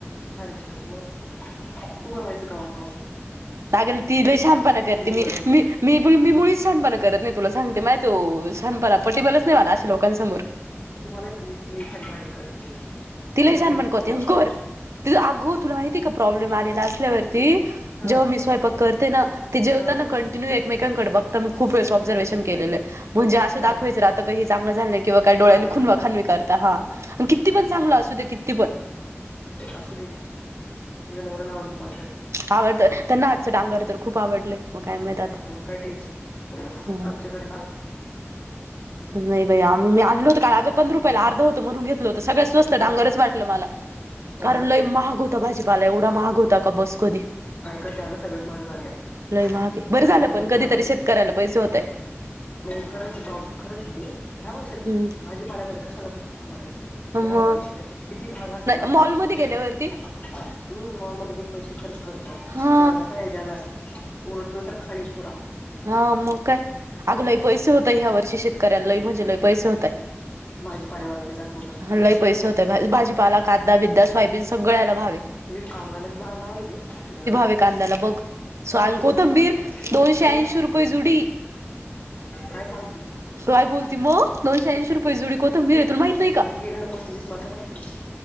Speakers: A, on the left; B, on the right.
A: छान छान मग तू बनवायचं कावा कावा मी
B: अगं ती लय शहाणपणा करते मी
A: बनवते
B: मी मी ब मी मुळीच छानपणा करत नाही तुला सांगते मा तो छानपणा पटेबलच नाही मला अे लोकांसमोर
A: तुम्हालाही मी मी एखादी भाजी करते
B: तिलाही
A: तुम्ही
B: जाण म्हण
A: एकदा
B: कोते
A: खाऊन
B: हंकोर
A: बघा
B: ति अगो तुला माहिती का प्रॉब्लेम आलेला
A: हं
B: असल्यावरती
A: हं
B: जेव्हा मी स्वयपाक करते ना तेी जेवता
A: हं
B: ना कं एकमेकांकडे बघताना मी खूप वेळा ऑब्झर्वेशन केले म्हणजे असं
A: हा
B: दाखवायचं
A: ना
B: आता काही चांगलं झालं किंवा काय डळ्यानी
A: चांगलं
B: खूनवा
A: झालं
B: खाानवी करता हा किती पण. चांगलं असू द किती पण.
A: असं दे की ज नवराला आवडलं बस झालं
B: आवडत त्यांना आजचं डांगर तर खूप आवडले मग काय माहित
A: हा मग काय टेन्शन
B: आता
A: आमच्या कडे
B: नाही बाई आम्हीी आणल होत काल अग पंध या रुपयाला अर्ध होतं म्हणून घ हो सगळ स्वस्त
A: घेतलं
B: डांगर वाट मला
A: ना
B: कारण
A: हा ना
B: ल महाग होते. पाला एवढा माहाग होता का बस कधी.
A: काय करते अगं सगळेच महाग झालेत
B: लय महाग बर झालं
A: प्रॉब्लेमच
B: पण कधीतरी
A: झालायत
B: शेत. करायला पैसे होत.
A: नाही खरंच प्र खरच तेे घ्याव अशेत
B: हम्म
A: भाजीपाल्यामध्ये कशाला खूप कूच करायच. घ्यावा
B: मग
A: पैसे किती महाग अस ते असूनसून.
B: मॉलमध्ये गेल्यावरती
A: हम् ममध्येध्ये अिक पैसे खर्च करतो आता
B: हा
A: शेतकऱ्याला काय द्याला. उरत तर र खा थोड.
B: हा मग काय अगलंही पैसे होतय
A: माहिती
B: ह्या
A: आहे.
B: वर्षी शेतकऱ्या लही म्हणजे लय पैसे होतय.
A: भाजीपाण्यावाल्यांनी जाात का.
B: हल्लाही पैसे होते भाजीपाला कादा बिद्दा सवायबीन सगळ्याला भावे
A: हे काम झाले भाव आहे गे यावेळी.
B: आहे कांद्याला बघ स्वाय
A: तुम्ही
B: कोथंबीर
A: तुम्ही
B: दोनशे
A: ह
B: ऐंशी रुपये जुडी.
A: काय सांगते.
B: काय बोल मग दोनशेऐंशी रुपये जुडी. त मीरथून माहित
A: तुम्ही
B: नाही का
A: तुम्ही केली ना कोथिंबीर मला माहिती नाही